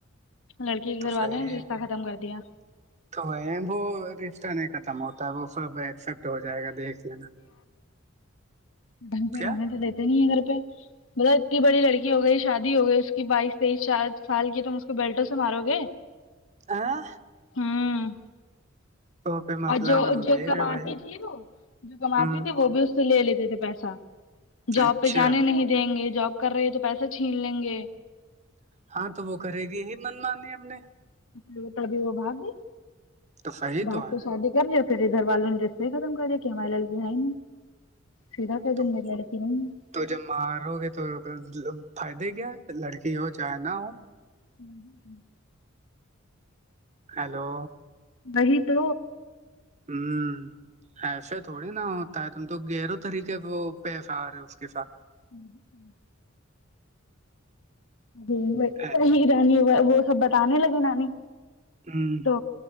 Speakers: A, on the left (about 70°); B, on the right (about 35°).
A: لڑکی کے
B: تو
A: گھر
B: صحیح
A: والوں نے
B: ہے۔
A: رستتا ختم کر دیا
B: تو وہ وہ رشتہ نہیں ختم ہوتا ہے وہ سب ایکسپٹ ہو جائے گا دیکھ لینا
A: ڈھنگ
B: کیا
A: رہنے تو دیتے نہیں ہے گھر پہ مطلب اتنی بڑی لڑکی ہو گئی شادی ہو گئی اس کی بائیس تیئیس چار سال کی تم اس کو بیلٹوں سے مارو گے
B: آہہ
A: ہوں
B: پہ مسئلہ
A: اور جو
B: گمبھیر
A: جو کا
B: ہے بھائی
A: ت وہ جو کماتی
B: ہوں
A: تھی وہ بھی اس سے لے لیتے تھے پیسہ جاب
B: اچھا
A: پہ جانے نہیں دیں گے جاب کر رہی تو پیسہ چھین لیں گے
B: ہاں تو وہ کرے گی ہی من مانے اپ نے
A: لوکل بھی وہ بھاگ گئی
B: تو صحیح
A: اب آات
B: ہے
A: تو شادی کر ل پھر ادھر والوں نے جسے ہی ختم کر دیا کہ ہمارے لل کے بائی سیدھا کہہ دیا
B: تو
A: کہ میری لڑکی نہیں
B: تو جب مارو گے تو فائدے کیا لڑکی ہو چاہے نہ ہو
A: ہمم ہمم
B: ہیلو
A: وہی تو
B: ہممم ایسے تھوڑی نہا ہو تا تم تو گہرو طریقے سے وہ پیسہ آ رہا ہے اس کے ساتھ
A: ہمم ہمم جی
B: ہ
A: وہی رانی وہ سب بتانے لگے نانی
B: ہمم
A: تو